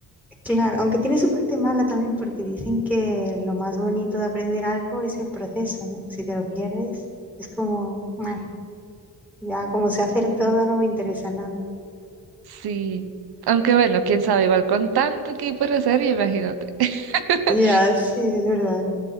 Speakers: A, in the centre; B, on the right.
A: claro, aunque tiene su parte mala también porque dicen que lo más bonito de aprender algo es el proceso, ¿no? Si te lo pierdes, es como, "Meh, ya como sé hacer todo,
B: Sí.
A: no me interesa nada.
B: Sí. Aunque bueno, quién sabe, igual con tanto que hay por hacer, imagínate. <laughs>
A: Ya, sí, es verdad,